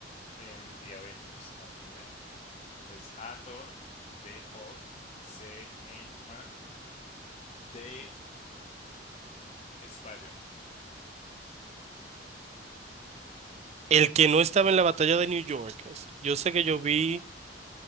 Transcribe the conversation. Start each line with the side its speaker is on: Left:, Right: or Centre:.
Left: en The Avengers, la primera? Entonces, A. Thor, B. Hulk, C. Ant-Man, D. Spider-Man.
Right: El que no estaba en la batalla de New York. es- Yo sé que yo vi